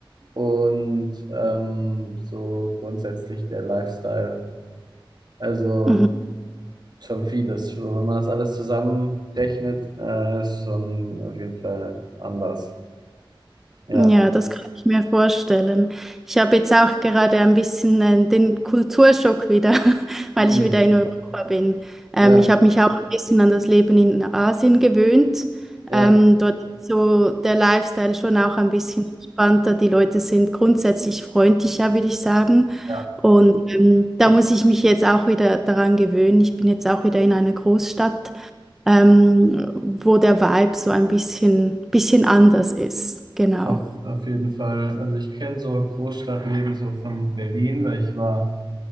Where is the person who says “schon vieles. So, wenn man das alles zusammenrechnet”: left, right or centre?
Right